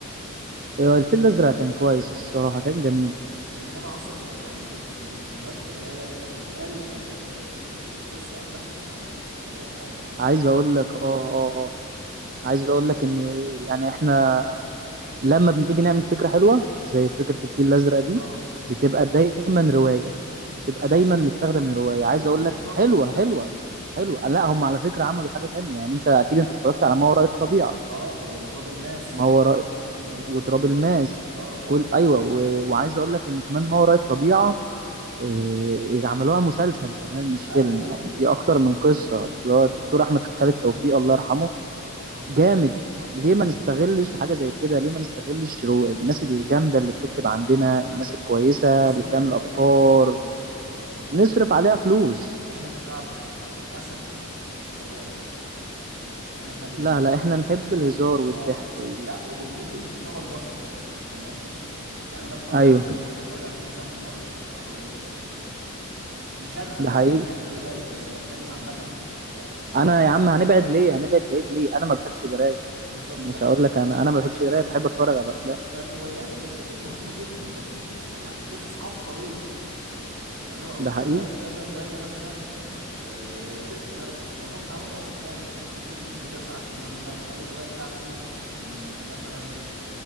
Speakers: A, on the right; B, on the right.
A: إيه، الفيل الازرق كان كويس الصراحة كان جميل
B: ل- لان انا اصلا يعني كنت من من هواة القرايه فانا كنت قاري ال- الف- القصه قبلها يعني انا قريت الروايه بتاعت الفيل
A: عايز
B: الازرق
A: اقول
B: قبل
A: لك
B: ما
A: اه
B: اتعمل
A: اه
B: فيلم
A: اه عايز اقول لك ان يعني احنا لما بنيجي نعمل فكره حلوه زي فكره الفيل الازرق دي
B: اه
A: بتبقى دايما روايه بتبقى
B: طب ماشي
A: دايما متاخده
B: ليه
A: من روايه عايز
B: ليه ما
A: اقول
B: نكترش
A: لك حلوه
B: من ده
A: حلوه حلوه لا هم على فكره عملوا حاجه تانية يعني انت اكيد انت اتفرجت على ما وراء الطبيعه
B: اه وتراب الماس
A: ما وراء
B: كل دي جايه من من
A: وتراب
B: روايات
A: الماس
B: اه
A: كل ايوه و... وعايز اقول لك ان كمان ما وراء الطبيعه إيه... عملوها مسلسل كمان مش
B: ايوه
A: فيلم
B: شفت
A: يعني
B: شفت
A: في اكتر
B: شفت
A: من قصه اللي هو الدكتور احمد خالد توفيق الله يرحمه
B: عظيم
A: جامد
B: عظيم
A: ليه ما نستغلش حاجة زي كده ليه ما نستغلش رو- الناس الجامدة اللي بتكتب عندنا
B: انا
A: الناس الكويسة
B: انا لسه
A: اللي
B: كنت
A: بتعمل
B: بتكلم
A: أفكار
B: في نفس الموضوع ده يعني احنا
A: نصرف عليها فلوس
B: احنا كشعب آه، للاسف مش قراء يعني احنا بنميل
A: لا لا احنا نحب
B: بنميل
A: الهزار
B: لل
A: والضحك
B: اه
A: و...
B: لا وبنميل للمحتوى البصري فاهم قصدي يعني انا اتفرج
A: ايوه
B: على الفيلم اتفرج على فيلم ساعتين ما اقراش 10 دقايق في الكتاب مش انا انا
A: ده حقيقي
B: يعني انا بحب القرايه بس انا بتكلم عامه ك- كالشعب
A: انا
B: المصري
A: يا عم هنبعد ليه هنبعد بعيد ليه انا ما بحبش القراية
B: بالظبط
A: مش
B: لا
A: هقول لك انا انا ما بحبش القراية بحب اتفرج على الافلام
B: فالروايات والكتب مظلومه جدا ده في يعني قصص عبقريه يعني انا قريت
A: ده
B: كذا
A: حقيقي
B: كذا روايه مثلا آه لا خلي بالك معظمهم اتعملوا افلام يعني في فيلم اسمه بضع ساعات من يوم ما انا قاري الروايه بتاعته من مثلا